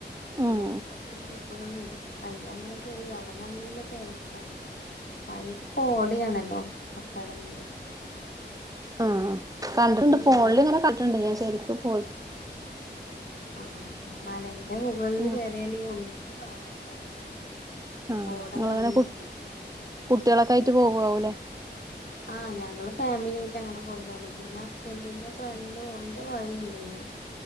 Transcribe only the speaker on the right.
ഉം
ആ കണ്ടിട്ടുണ്ട്
ഫോണിൽ ഇങ്ങനെ കണ്ടിട്ടുണ്ട് ഞാൻ ശരിക്കും പോയി
ആഹ്
ആ
നിങ്ങളങ്ങനെ
കു കുട്ടികളൊക്കെ ആയിട്ട് പോവാവൂലെ?